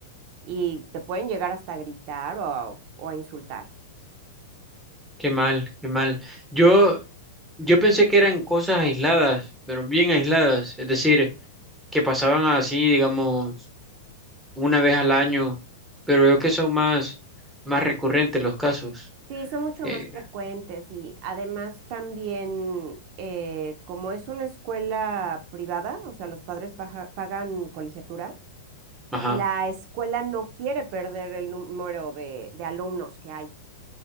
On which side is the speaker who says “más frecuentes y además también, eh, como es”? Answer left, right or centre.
Right